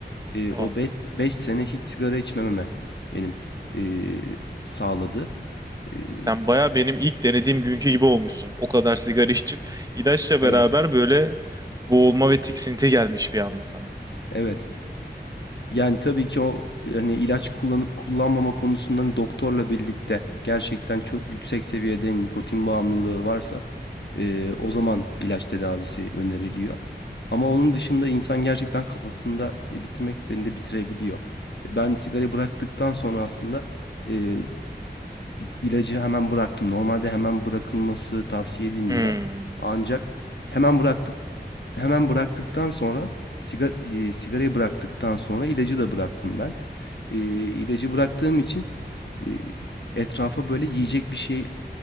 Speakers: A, on the left; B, on the right.
A: Eee,
B: Aa.
A: o beş 5 sene hiç sigara içmememe benim, eee, sağladı. Eee
B: Sen baya benim ilk denediğim günkü gibi olmuşsun. O kadar sigara içip <laughs> ilaçla
A: Evet.
B: beraber böyle Boğulma ve tiksinti gelmiş bir anda sana da.
A: Evet. Yani, tabii ki o, yani ilaç kullanıp kullanmama konusundan doktorla birlikte gerçekten çok yüksek seviyede nikotin bağımlılığı varsa, eee,
B: Hı hı.
A: o zaman ilaç tedavisi öneriliyor. Ama onun dışında insan gerçekten kafasında, eee, bitirmek istediğinde bitirebiliyor. Ben sigarayı bıraktıktan sonra aslında, eee, ilacı hemen bıraktım. Normalde hemen bırakılması tavsiye edilmiyor.
B: Hmm.
A: Ancak hemen bıraktık hemen bıraktıktan sonra sigara, e, sigarayı bıraktıktan sonra ilacı da bıraktım ben. E,
B: Hmm.
A: ilacı bıraktığım için e, etrafa böyle yiyecek bir şey